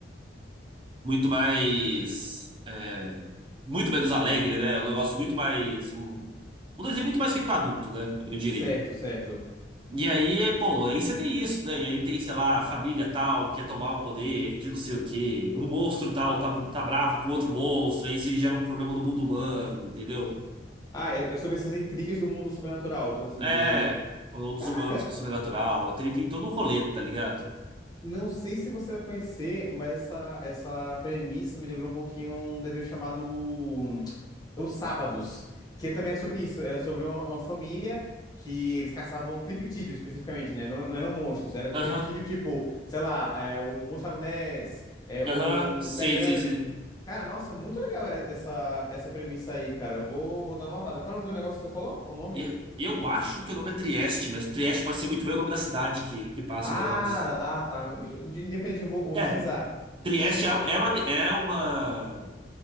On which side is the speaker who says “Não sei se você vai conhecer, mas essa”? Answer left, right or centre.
Left